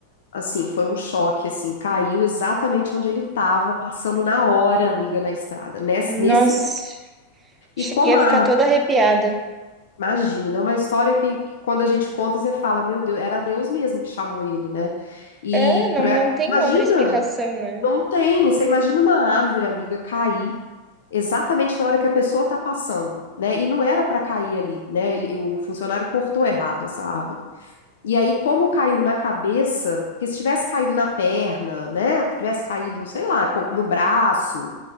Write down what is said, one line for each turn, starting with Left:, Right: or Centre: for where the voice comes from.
Left: Assim, foi um choque, assim, caiu exatamente onde ele estava, passando na hora, amiga, na estrada. Nesse,
Right: Nossa,
Left: nesse,
Right: cheguei
Left: e como
Right: a
Left: a
Right: ficar toda arrepiada.
Left: Imagina, é uma história que, que quando a gente conta, você fala, meu Deus, era Deus mesmo que chamou ele, né? E
Right: É, não,
Left: pra...
Right: não tem
Left: imagina,
Right: outra explicação, né?
Left: não tem. Você imagina uma árvore, amiga, cair exatamente na hora que a pessoa tá passando, né? E não era pra cair ali, né? Ele- o funcionário cortou errado essa árvore. E aí, como caiu na cabeça, porque se tivesse caído na perna, né? Tivesse caído, sei lá, co- no braço,